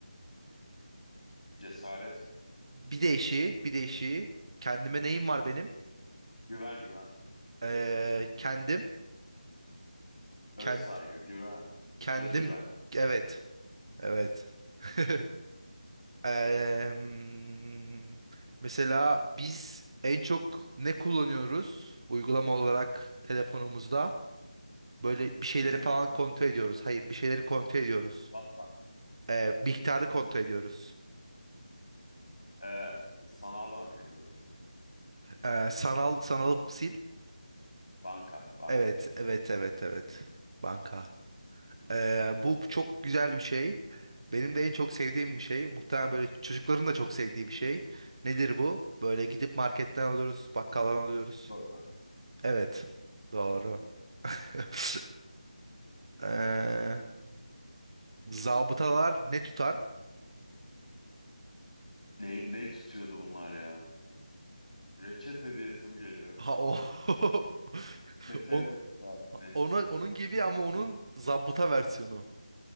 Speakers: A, on the left (about 75°); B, on the right (about 45°).
A: Cesaret.
B: Bir değişiği, bir değişiği. Kendime neyim var benim?
A: Güven güven.
B: Ee, kendim,
A: Öz
B: kend,
A: saygı. Güven.
B: kendim,
A: Özgüven.
B: evet, evet. <laughs> Em, mesela biz en çok ne kullanıyoruz uygulama olarak telefonumuzda? Böyle bir şeyleri
A: Instagram.
B: falan kontrol ediyoruz. Hayır, bir şeyleri kontrol ediyoruz.
A: WhatsApp.
B: Ee, miktarı kontrol ediyoruz.
A: Ee, sanal bankacılık.
B: Ee, sanal sanalıp sil.
A: Banka. Bankacılık.
B: Evet, evet, evet, evet. Banka. Ee, bu çok güzel bir şey. Benim de en çok sevdiğim bir şey. Muhtemelen böyle çocukların da çok sevdiği bir şey. Nedir bu? Böyle gidip marketten alıyoruz, bakkaldan alıyoruz.
A: Banka.
B: Evet, doğru. <laughs> Ee, zabıtalar ne tutar?
A: Neyi, neyi tutuyordu bunlar ya? Reçet hediyesim geliyor.
B: Ha o. <laughs>
A: Petele
B: On,
A: tutar. Ne?
B: ona, onun gibi ama onun zabıta versiyonu.